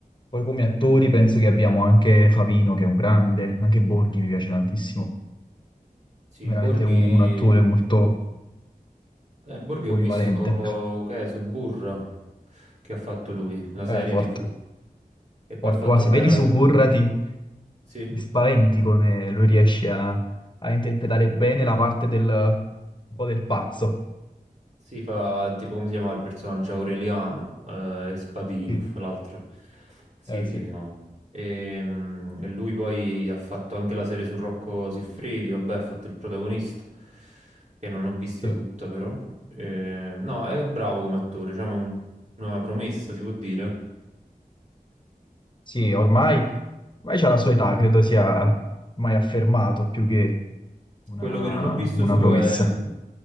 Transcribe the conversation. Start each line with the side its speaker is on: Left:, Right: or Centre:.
Left: Poi come attori
Right: Mm.
Left: penso che abbiamo anche Favino, che è un grande, anche Borghi mi piace tantissimo,
Right: Sì,
Left: veramente
Right: Borghi...
Left: un, un attore molto
Right: eh, Borghi ho
Left: polivalente.
Right: visto che è Suburra che ha fatto lui, la serie
Left: Eh, forte,
Right: TV. E poi
Left: forte.
Right: ha fatto
Left: Guarda,
Right: bella...
Left: se vedi Suburra
Right: se-
Left: ti
Right: Sì?
Left: ti spaventi come lui riesce a, a interpretare bene la parte del, un po' del pazzo.
Right: Si fa tipo come si chiama il personaggio Aureliano eh, e Spadino,
Left: Sì,
Right: l'altro. Sì,
Left: eh,
Right: sì,
Left: sì,
Right: no. E, mm, e lui poi ha fatto anche la serie su Rocco Siffredi, vabbè, ha fatto il protagonista, che non ho vista
Left: sì,
Right: tutta però. Eh, no, è bravo come attore, diciamo un- una promessa, si può dire.
Left: Sì, ormai, ormai c'ha la sua età, credo sia mai affermato più che una,
Right: Quello che non ho visto
Left: una
Right: suo
Left: promessa.
Right: è,